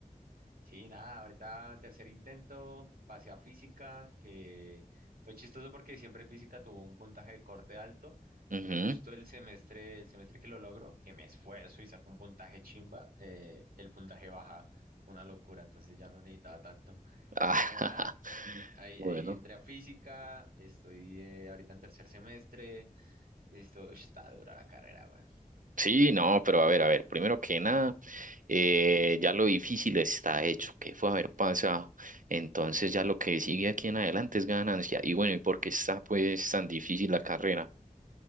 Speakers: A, on the right; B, on the right.
A: Sí, nada, ahorita tercer intento, pasé a física, que fue chistoso porque siempre física tuvo un puntaje de corte alto
B: Ujú.
A: y justo el semestre, el semestre que lo logro, que me esfuerzo y saco un puntaje chimba, eh, el puntaje baja, una locura, entonces ya no necesitaba tanto.
B: Ah,
A: Pero pues nada, ahí,
B: <laughs>
A: ahí
B: bueno.
A: entré a física, estoy eh, ahorita en tercer semestre, esto ush, está dura la carrera, güey.
B: Sí, no, pero a ver, a ver, primero que nada, eh, ya lo difícil está hecho, que fue haber pasado. Entonces ya lo que sigue aquí en adelante es ganancia. Y bueno, ¿y por qué está pues tan difícil la carrera?